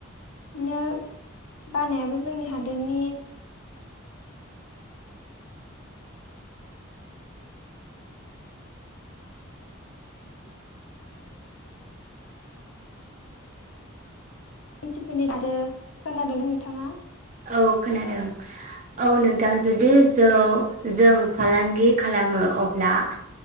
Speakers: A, on the left (about 85°); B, on the right (about 35°).
A: नो बानायाबो जोंनि हादोरनि मानसिफोरनि आरो खोनादों नोंथाङा
B: औ खोनादों औ नोंथां जुदि जौ जों फालांगि खालामो अब्ला